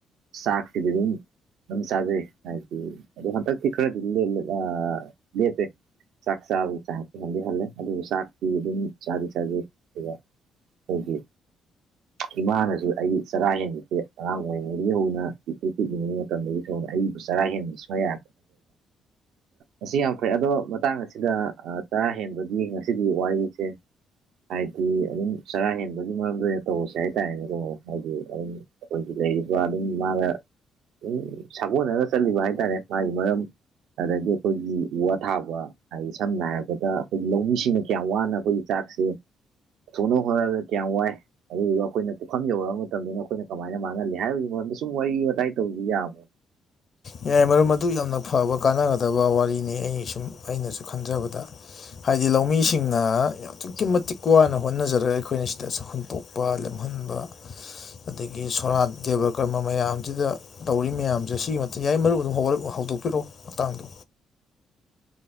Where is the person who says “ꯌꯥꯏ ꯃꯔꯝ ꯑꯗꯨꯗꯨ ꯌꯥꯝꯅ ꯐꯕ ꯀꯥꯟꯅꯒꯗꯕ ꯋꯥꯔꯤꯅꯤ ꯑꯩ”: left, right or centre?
Left